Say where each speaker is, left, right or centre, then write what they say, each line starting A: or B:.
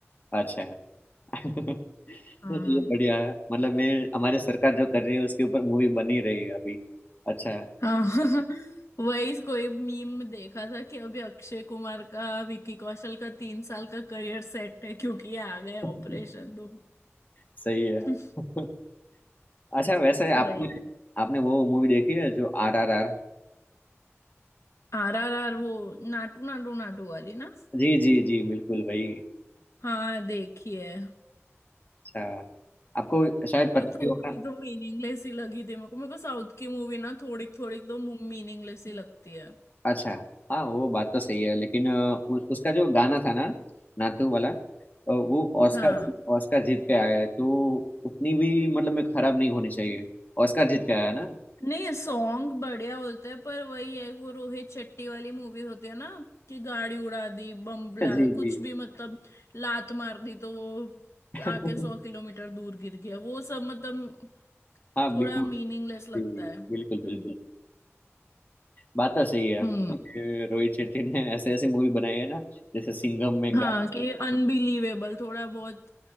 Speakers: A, on the left; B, on the left.
A: अच्छा <laughs>
B: हाँ
A: ये बढ़िया है मतलब मैं हमारे सरकार जो कर रही है उसके ऊपर मूवी बनी रही है अभी अच्छा है
B: हाँ <laughs> वही कोई मीम देखा था कि अभी अक्षय कुमार का विकी कौशल का तीन साल का करियर सेट है क्योंकि ये आ गया
A: <laughs>
B: ऑपरेशन तो
A: सही है
B: <laughs>
A: <laughs> अच्छा वैसे आपने
B: वही
A: आपने वो मूवी देखी है जो आर आर आर
B: आर आर आर वो नाटू नाटू नाटू वाली ना
A: जी जी जी बिल्कुल वही
B: हाँ देखी है
A: अच्छा आपको शायद
B: पर
A: पता
B: थोड़ी
A: भी होगा
B: तो मीनिंगलेस ही लगी थी मेरे को मेरे को साउथ की मूवी ना थोड़ी थोड़ी तो मीनिंगलेस ही लगती है
A: अच्छा हाँ वो बात तो सही है लेकिन अ, उ, उसका जो गाना था ना नातू वाला अ, वो ऑस्कर
B: हाँ
A: ऑस्कर जीत के आया है तो उतनी भी मतलब में खराब नहीं होनी चाहिए ऑस्कर जीत के आया है ना
B: नहीं सॉन्ग बढ़िया होते हैं पर वही है वो रोहित शेट्टी वाली मूवी होती है ना कि गाड़ी उड़ा दी बम ब्ला
A: <laughs> जी
B: कुछ
A: जी
B: भी मतलब लात मार दी तो वो
A: <laughs>
B: आके सौ किलोमीटर दूर गिर गया वो सब मतलब
A: हाँ
B: थोड़ा
A: बिल्कुल
B: मीनिंगलेस लगता
A: जी
B: है हम्म
A: बिल्कुल बिल्कुल बात तो सही है मतलब
B: हम्म
A: कि रोहित शेट्टी ने ऐसे ऐसे मूवी बनाई है ना जैसे सिंघम में
B: हाँ
A: गा-
B: कि अनबिलीवेबल थोड़ा बहुत